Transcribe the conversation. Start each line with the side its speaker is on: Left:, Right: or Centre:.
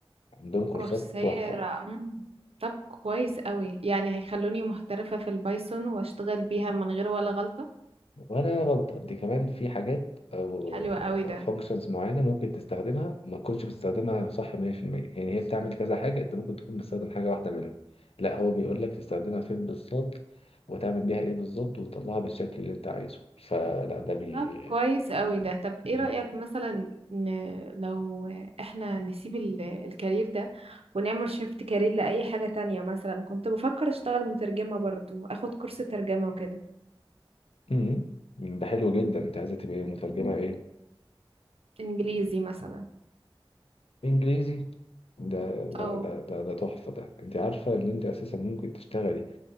Left: عندهم
Right: كورسيرا
Left: كورسات تحفة
Right: مم. طب كويس قوي يعني هيخلوني محترفة في البايثون واشتغل بيها من غير ولا غلطة
Left: ولا غلط انت كمان في حاجات او
Right: حلو قوي
Left: فانكشنز
Right: ده
Left: معينه ممكن تستخدمها ما تكونش بتستخدمها صح 100% يعني هي بتعمل كذا حاجه انت ممكن تكون بتستخدم حاجه واحده منهم لا هو بيقول لك تستخدمها فين بالظبط وتعمل بيها ايه بالظبط وتطلعها بالشكل اللي انت عايزه فلا ده بي
Right: طب كويس قوي ده طب ايه
Left: مم.
Right: رأيك مثلا ن- لو احنا نسيب ال- الكارير ده ونعمل شيفت كارير لأي حاجة تانية مثلا كنت بفكر اشتغل مترجمة برضو اخد كورس ترجمة وكده
Left: مم. ده حلو جدا انت عايزه تبقى مترجمه ايه
Right: انجليزي مثلا
Left: انجليزي ده لا
Right: اه
Left: ده ده ده تحفه ده انت عارفه ان انت اساسا ممكن تشتغلي